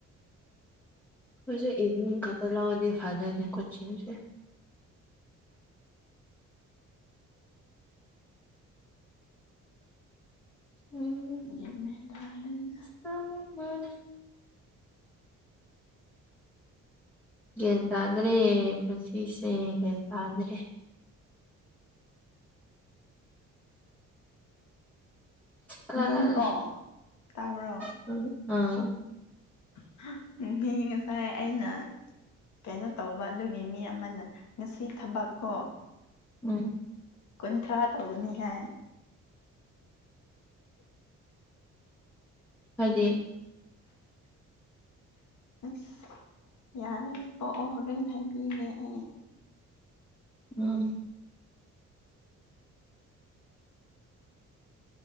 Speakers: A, in the centre; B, on the left.
A: ꯑꯩꯖꯨ ꯏꯚꯅꯤꯡ ꯈꯛꯇ ꯂꯧꯔꯗꯤ ꯐꯗꯣꯏꯅꯦ ꯀꯣꯆꯤꯡꯖꯦ ꯎꯝ
B: ꯒ꯭ꯌꯥꯟ ꯃꯦꯟ ꯇꯥꯗꯔꯦꯗ
A: <unintelligible> ꯒ꯭ꯌꯥꯟ ꯇꯥꯗꯔꯦ ꯄꯨꯟꯁꯤꯁꯦ ꯒ꯭ꯌꯥꯟ ꯇꯥꯗꯔꯦ ꯑꯂ
B: ꯃꯤ
A: ꯂ ꯂ
B: ꯀꯣ ꯇꯥꯕ꯭ꯔꯣ
A: <unintelligible> ꯑꯥ
B: <unintelligible> ꯃꯤ ꯉꯁꯥꯏ ꯑꯩꯅ ꯀꯩꯅꯣ ꯇꯧꯕ ꯑꯗꯨꯒꯤ ꯃꯤ ꯑꯃꯅ ꯉꯁꯤ ꯊꯕꯛ ꯀꯣ
A: ꯎꯝ
B: ꯀꯨꯟꯊ꯭ꯔꯥ ꯇꯧꯒꯅꯤ ꯍꯥꯏ
A: ꯍꯣꯏꯗꯤ
B: ꯑꯁ ꯌꯥꯔꯦ ꯇꯣꯛꯑꯣ ꯍꯣꯔꯦꯟ ꯍꯥꯏꯕꯤꯒꯦ ꯑꯩ
A: ꯎꯝ